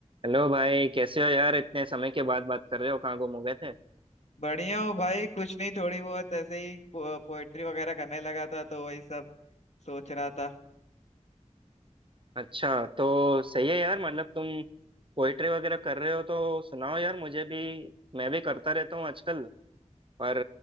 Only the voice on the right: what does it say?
Hello भाई कैसे हो यार इतने समय के बाद बात कर रहे हो कहाँ गुम हो गए थे
अच्छा तो सही है यार मतलब तुम पोइट्री वगैरह कर रहे हो तो सुनाओ यार मुझे भी मैं भी करता रहता हूँ आजकल पर